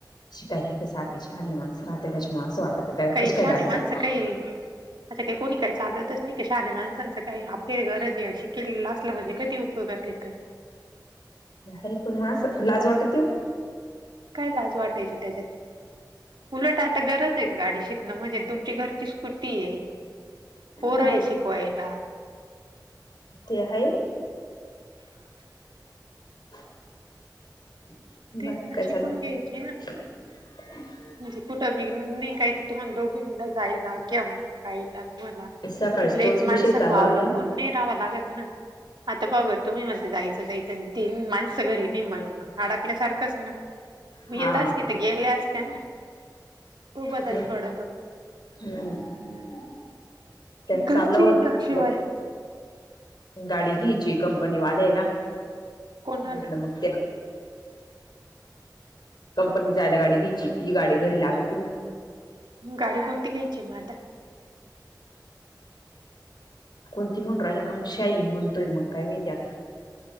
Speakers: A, on the left; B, on the right.
A: शिकायला हिथ सारखे शहाने माणस राहते त्याच्यामुळे असं वाटत काय
B: काही
A: कशी
B: शाहानी
A: काय गाडी
B: माणसं
A: चालवाव
B: काही आता कोणी काही सांगतच नाही की शहाण्या माणसांचं काही आपल्या गरजे शिकलेलं असलं म्हणजे कधी उपयोगात येतं.
A: आहे पण म लाज वाटत ती ओ
B: काय लाज वाटायची त्याच्यात. उलट आता गरज आहे गाडी शिकणं म्हणजे तुमची घरची स्कूट हे पोर
A: हा
B: आहे शिकवायला,
A: ते हाय. <unintelligible>
B: तेच
A: बाकी
B: ना
A: काय चालू
B: शिकून घ्यायचे ना.
A: <unintelligible>
B: म्हणजे कुठं बघ नाही काही तर तुम्हाला दोघीदा जायला किंवा पाहिला तुम्हाला.
A: सकाळीच
B: अ ललेच
A: तोच विषय
B: माणसान
A: चालला
B: अवलंबून
A: होता
B: नेह रावा लागत ना. आता बाबा तुम्ही म्हणता जायचं जायचं. तीन माणसं घरी नाही मग अडाकल्यासारखंच ना. मग
A: हा
B: येत अस तिथ गेल्या असत्या ना तो बदल
A: ते
B: कडतो.
A: हम्म त्यात
B: घरची
A: चाललं होत.
B: ना
A: म्हटलं
B: शिवाय.
A: गाडी घ्यायची कंपनी वाल्यायला
B: कोणाला
A: म्हटलं मग त्या कंपनी जायला गाडी घ्यायची ही गाडी घरी लागत ती ना.
B: गाडी कोणती घ्यायची मग आता.
A: कोणती म्हनु राहिला का शाईन म्हणतोय मग काय माहीत आता.